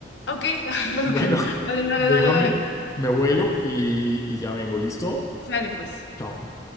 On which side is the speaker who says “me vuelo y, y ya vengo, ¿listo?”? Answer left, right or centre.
Left